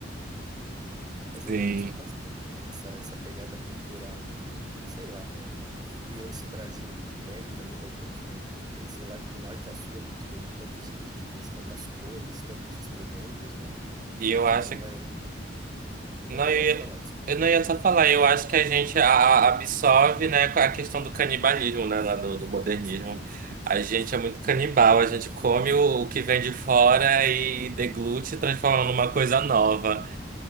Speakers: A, on the right; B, on the right.
A: Mas eu
B: <laughs> sim.
A: gosto bastante, mano, essa, essa pegada cultural, né? Ah, Sei lá, é... e eu, esse Brasil velho também da gente, né? É, Sei lá, de norte a sul a gente tem tantos ritmos, tantas cores, tantos instrumentos, né?
B: E eu
A: A gente
B: acho
A: vai ali... Opa,
B: Não, eu
A: pode
B: ia,
A: falar, desculpa.
B: eu
A: <laughs>
B: não ia só falar, eu acho que a gente a- a- absorve, né, a questão do canibalismo, né, lá do, do modernismo. A gente é muito canibal, a gente come o, o que vem de fora e deglute, transformando numa coisa nova.